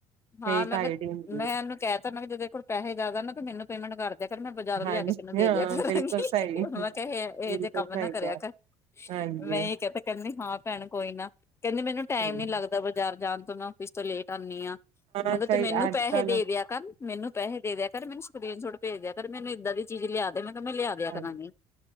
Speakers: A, on the left; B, on the right.
A: ਹਾਂ
B: ਫੇਕ
A: ਮੈਂ ਕਿਹਾ
B: ਆਈਡੀ ਹੁੰਦੀ
A: ਮੈਂ
B: ਹੈ
A: ਇਹਨੂੰ ਕਹਿ ਤਾ, ਮੈਂ ਕਿਹਾ ਜਦ ਤੇਰੇ ਕੋਲ ਪੈਹੇ ਜ਼ਿਆਦਾ ਨਾ ਮੈਨੂੰ ਪੇਮੈਂਟ ਕਰ ਦਿਆ ਕਰ ਬਜ਼ਾਰੋ ਲਿਆ
B: ਹਾਂਜੀ
A: ਕੇ ਤੈਨੂੰ ਦੇ
B: ਹਾਂ
A: ਦਿਆ ਕਰਾਂਗੀ,
B: ਬਿਲਕੁਲ ਸਹੀ
A: ਮੈਂ ਕਿਹਾ ਇਹੋ
B: ਬਿਲਕੁਲ
A: ਜਿਹੇ ਕੰਮ
B: ਸਹੀ
A: ਨਾ ਕਰਿਆ
B: ਕਿਹਾ
A: ਕਰ,
B: ਹਾਂਜੀ
A: ਮੈਂ ਇਹ ਕਹਿ ਕਹਿੰਦੀ ਹਾਂ ਭੈਣ ਕੋਈ ਨਾ, ਕਹਿੰਦੀ ਮੈਨੂੰ
B: ਹਮ।
A: ਟਾਈਮ ਨੀ ਲੱਗਦਾ ਬਾਜ਼ਾਰ ਜਾਣ ਮੈਂ ਆਫਿਸ ਤੋ ਲੇਟ ਆਂਨੀ ਆਂ।
B: ਹਾਂ
A: ਮਗਰ
B: ਸਹੀ
A: ਤੂੰ ਮੈਨੂੰ
B: ਅੱਜ
A: ਪੈਹੇ
B: ਕੱਲ
A: ਦੇ ਦਿਆ ਕਰ, ਮੈਨੂੰ ਪੈਹੇ ਦੇ ਦਿਆ <unintelligible> ਮੈਨੂੰ ਏਦਾਂ ਦੀ ਚੀਜ਼ ਲਿਆ ਦੇ ਮੈਂ ਕਿਹਾ ਮੈਂ ਲਿਆ ਦਿਆ
B: ਹਾਂਜੀ
A: ਕਰਾਂਗੀ